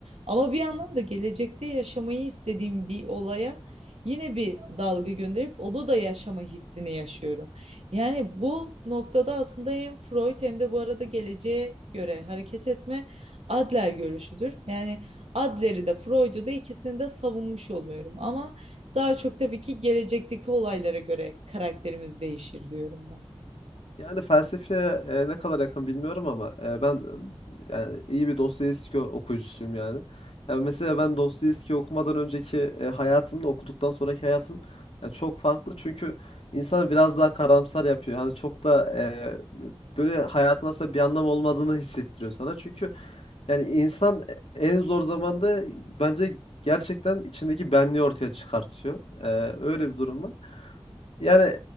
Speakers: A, on the right; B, on the left.
A: Ama bir yandan da gelecekte yaşamayı istediğim bir olaya yine bir dalga gönderip onu da yaşama hissini yaşıyorum. Yani bu noktada aslında hem Freud hem de bu arada geleceğe göre hareket etme Adler görüşüdür. Yani Adler'i de Freud'u da ikisini de savunmuş oluyorum. Ama daha çok tabii ki gelecekteki olaylara göre karakterimiz değişir diyorum ben.
B: Yani felsefeye e, ne kadar yakın bilmiyorum ama e, ben e, yani iyi bir Dostoyevski o- okuyucusuyum yani. Yani mesela ben Dostoyevski okumadan önceki e, hayatımda okuduktan sonraki hayatım yani çok farklı çünkü insanı biraz daha karamsar yapıyor. Hani çok da e, böyle hayatın aslında bir anlam olmadığını hissettiriyor sana. Çünkü yani insan en zor zamanda bence gerçekten içindeki benliği ortaya çıkartıyor. E, öyle bir durum var. Yani